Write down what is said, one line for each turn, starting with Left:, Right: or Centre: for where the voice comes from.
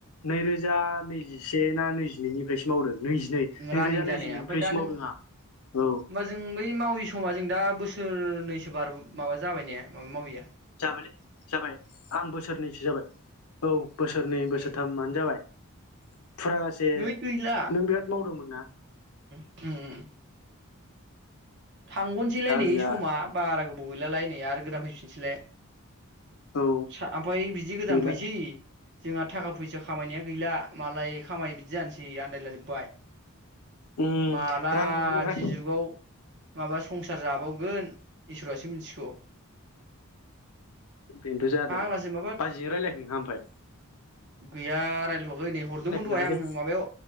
Left: नैरोजा नैजिसे ना नैजिनैनिफ्रायसो मावदों। नैजिनै नैरोजा
Right: रानिं जानाया
Left: नैजिनैनिफ्रायसो
Right: ओमफाय दा
Left: मावदों
Right: नों होमबा
Left: आं औ
Right: जों बै मावै समा जों दा बोसोर नैसो बार माबा जाबाय ने माबा मावैया
Left: जाबायलै जाबाय आं बोसोरनैसो जाबाय औ बोसोरनै बोसोरथामानो
Right: उम
Left: जाबाय। फुरागासे
Right: नै गैला
Left: नों बिराद मावदोंमोन ना?
Right: उम थांग'नोसैलाय
Left: दा
Right: नै
Left: गैया
Right: समा बारा गोबाव बयलालाय नै आरो गोदान फैफिननोसैलाय
Left: औ
Right: सा ओमफ्राय बिदि गोदान
Left: गैला
Right: फैसि जोंहा थाखा फैसा खामायनाया गैला मालाय खामाय बिदि जानोसै आन्दायला जोबबाय
Left: उम
Right: मालादि
Left: रांखौबो रां
Right: जुगाव माबा संसार जाबावगोन इसोरासो मिथिगौ
Left: बेनोथ' जादों
Right: फाग्लासो माबा
Left: बाजैजों रायज्लायाखै नोंहा ओमफाय?
Right: गैया रायलायथवाखै नै हर दहाय
Left: नामालै
Right: आं माबायाव